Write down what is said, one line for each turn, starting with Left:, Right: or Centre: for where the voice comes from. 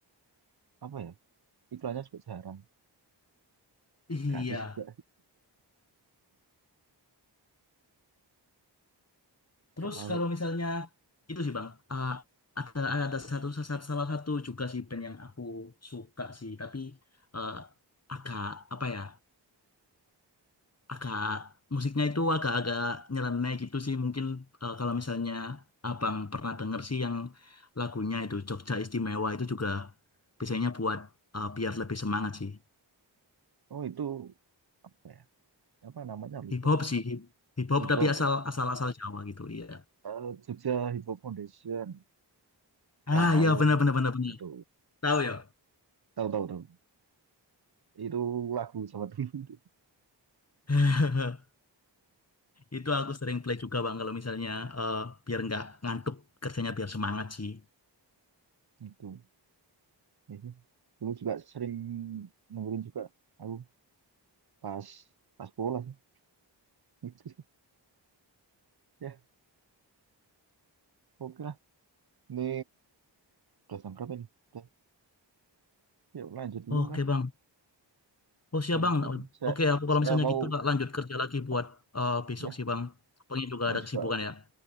Right: apa ya iklannya juga jarang
Left: Iya.
Right: gratis juga
Left: Terus
Right: Kalau
Left: kalau misalnya itu sih Bang, ah, ada ada satu satu- salah satu juga sih band yang aku suka sih, tapi eh, agak apa ya, agak musiknya itu agak-agak nyeleneh gitu sih. Mungkin eh, kalau misalnya Abang pernah denger sih yang lagunya itu Jogja Istimewa itu juga biasanya buat eh, biar lebih semangat sih.
Right: oh itu apa ya? Apa namanya lupa.
Left: Hip hop
Right: aku.
Left: sih, hip, hip hop
Right: Hip
Left: tapi
Right: Hop
Left: asal asal asal Jawa gitu, iya.
Right: eh, Jogja Hip Hop Foundation. Kalau
Left: Ah, iya benar benar benar benar.
Right: itu
Left: Tahu ya.
Right: tahu tahu tahu. Itu lagu sama dulu <laughs> itu.
Left: <laughs> Itu aku sering play juga bang kalau misalnya eh, biar nggak ngantuk kerjanya biar semangat sih.
Right: Itu. Ya sih. Dulu juga sering dengerin juga aku pas pas bola sih. Gitu. sih. Ya, oke lah. Ini udah jam berapa nih? Udah. Yuk lanjut dulu
Left: Oh, Oke
Right: lah.
Left: bang, oh siap
Right: Lanjut
Left: bang.
Right: dulu. Saya
Left: Oke aku kalau
Right: saya
Left: misalnya
Right: mau
Left: gitu lanjut kerja lagi buat
Right: ah,
Left: eh, besok
Right: ya,
Left: sih bang. Pengen juga
Right: mau
Left: ada
Right: juga
Left: kesibukan ya.